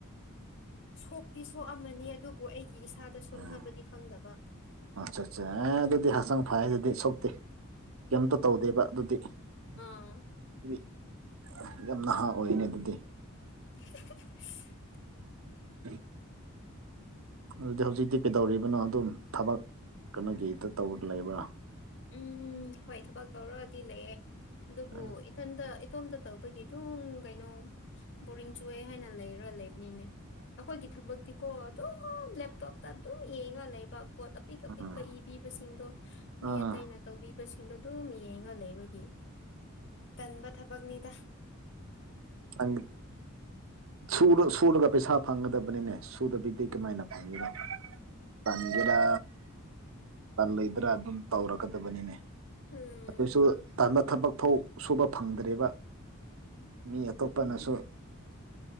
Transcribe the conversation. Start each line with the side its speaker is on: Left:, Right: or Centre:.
Left: ꯁꯣꯛꯇꯤ ꯁꯣꯛ ꯑꯃꯅꯤ ꯑꯗꯨꯕꯨ ꯑꯩꯒꯤ ꯏꯁꯥꯗ ꯁꯣꯟꯊꯕꯗꯤ
Right: ꯎꯝ
Left: ꯈꯪꯗꯕ
Right: ꯑꯠꯆꯥ ꯆꯥ ꯑꯦ ꯑꯗꯨꯗꯤ ꯍꯛꯆꯥꯡ ꯐꯩꯌꯦ ꯑꯗꯨꯗꯤ ꯁꯣꯛꯇꯦ ꯀꯦꯝꯇ ꯇꯧꯗꯦꯕ ꯑꯗꯨꯗꯤ ꯑꯗꯨꯗꯤ
Left: ꯑꯥ
Right: ꯌꯥꯝ ꯅꯍꯥ ꯑꯣꯏꯅꯦ ꯑꯗꯨꯗꯤ
Left: <unintelligible>
Right: <inaudible> ꯑꯗꯨꯗꯤ ꯍꯧꯖꯤꯛꯇꯤ ꯀꯩꯗꯧꯔꯤꯕꯅꯣ ꯑꯗꯨꯝ ꯊꯕꯛ ꯀꯩꯅꯣꯒꯤ ꯍꯦꯛꯇ ꯇꯧꯔ ꯂꯩꯕ꯭ꯔꯥ
Left: ꯎꯝ ꯍꯣꯏ ꯊꯕꯛ ꯇꯧꯔꯗꯤ ꯂꯩꯌꯦ ꯑꯗꯨꯕꯨ
Right: ꯎꯝ
Left: ꯏꯊꯟꯇ ꯏꯇꯣꯝꯇ ꯇꯧꯕꯒꯤ ꯑꯗꯨꯝ ꯀꯩꯅꯣ ꯕꯣꯔꯤꯡ ꯆꯨꯑꯦ ꯍꯥꯏꯅ ꯂꯩꯔ ꯂꯩꯕ ꯅꯤꯅꯦ ꯑꯩꯈꯣꯏꯒꯤ ꯊꯕꯛꯇꯤꯀꯣ ꯑꯗꯨꯝ ꯂꯦꯞꯇꯣꯞꯇ ꯑꯗꯨꯝ ꯌꯦꯡꯉ ꯂꯩꯕ ꯄꯤꯛ
Right: ꯎꯝ
Left: ꯑꯄꯤꯛꯄ ꯏꯕꯤꯕꯁꯤꯡꯗꯣ
Right: ꯎꯝ
Left: ꯃꯤ ꯑꯇꯩꯅ ꯇꯧꯕꯤꯕꯁꯤꯡꯗꯣ ꯑꯗꯨꯝ ꯌꯦꯡꯉ ꯂꯩꯕꯒꯤ ꯇꯟꯕ ꯊꯕꯛꯅꯤꯗ
Right: ꯎꯝ ꯁꯨꯔ ꯁꯨꯔꯒ ꯄꯩꯁꯥ ꯐꯪꯒꯗꯕꯅꯤꯅꯦ ꯁꯨꯗꯕꯤꯗꯤ ꯀꯃꯥꯏꯅ ꯐꯪꯒꯦꯔ ꯇꯟꯒꯦꯔꯥ ꯇꯜꯂꯣꯏꯗ꯭ꯔꯥ ꯑꯗꯨꯝ ꯇꯧꯔꯛꯀꯗꯕꯅꯤꯅꯦ
Left: ꯎꯝ
Right: ꯑꯗꯨꯁꯨ ꯇꯟꯕ ꯊꯕꯛ ꯐꯧ ꯁꯨꯕ ꯐꯪꯗ꯭ꯔꯦꯕ ꯃꯤ ꯑꯇꯣꯞꯄꯅꯁꯨ